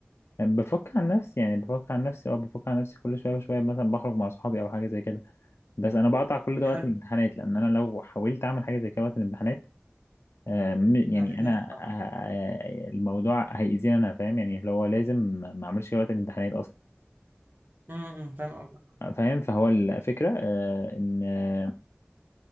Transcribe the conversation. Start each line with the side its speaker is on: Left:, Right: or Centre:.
Left: بفك عن نفسي يعني بفك عن نفسي أه بفك عن نفسي كل شوية بشوية مثلا بخرج مع صحابي أو حاجة زي كده بس أنا بقطع كل ده وقت
Right: حلو
Left: الامتحانات لأن أنا لو حاولت أعمل حاجة زي كده وقت الامتحانات آه، م- يعني
Right: هتتنفس
Left: انا
Right: طبعا
Left: آه، آه، الموضوع هيأذيني انا فاهم يعني اللي هو لازم ما اعملش كده وقت الامتحانات اصلا
Right: امم فاهم قصدك
Left: فاهم فهو الفكره آه، ان آه،